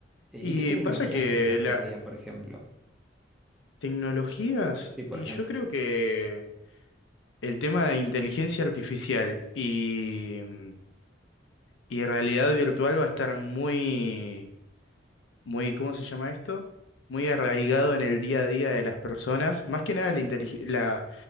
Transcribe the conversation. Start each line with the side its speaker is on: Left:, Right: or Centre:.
Centre: Eh,
Left: Y
Centre: ¿Y qué tecnologías
Left: pasa que
Centre: pensás que
Left: las
Centre: habría, por ejemplo?
Left: tecnologías,
Centre: Sí, por
Left: y
Centre: ejemplo.
Left: yo creo que el tema de inteligencia artificial y mm, Y realidad virtual va a estar muy, muy, ¿cómo se llama esto? Muy arraigado en el día a día de las personas, más que nada la, intelig- la,